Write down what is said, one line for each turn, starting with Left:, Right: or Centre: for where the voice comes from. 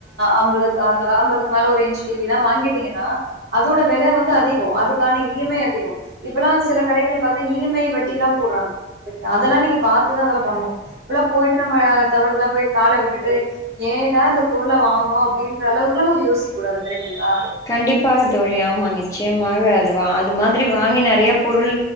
Right: அம்பது அம்பதுக்கு மேல ஒரு இஞ்சு டி வி தான் வாங்கி கேட்டீங்கன்னா அதோட வெலை வந்து அதிகம் அதுக்கான இ எம் ஐ அதிகம் இப்பல்லாம் சில கடைகள் பாத்தா இ எம் ஐ வட் ட்டிலாம் போறாங்க அதெல்லாம் நீங்க பாத்து தான் அதெல்லாம் பண்ணும் அப்பல்லாம் போயிட்டு நம்ம தவறுதெலாம் போய் கால விட்டுட்டு ஏன்டா இந்த பொருள வாங்ணோ அப்டின்ற அளவுக்கெல்லாம் நம்மயோசிக்க கூடாது கரெக்டுங்களா
Left: கண்டிப்பாக தோழி ஆமாம் நிச்சயமாக அது வா அது மாதிரி வாங்கி நெறைய பொருள்